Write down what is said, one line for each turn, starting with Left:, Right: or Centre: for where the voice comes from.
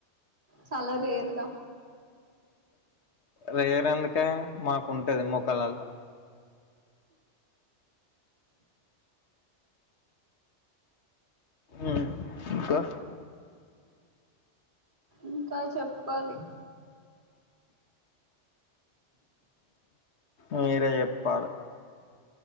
Right: చాలా రేర్ గా
Left: రేరు ఎందుకే మాకుంటది మోకాళ్ళలల్లో ఊ ఇంకా
Right: ఇంకా చెప్పాలి
Left: ఆ మీరే చెప్పాలి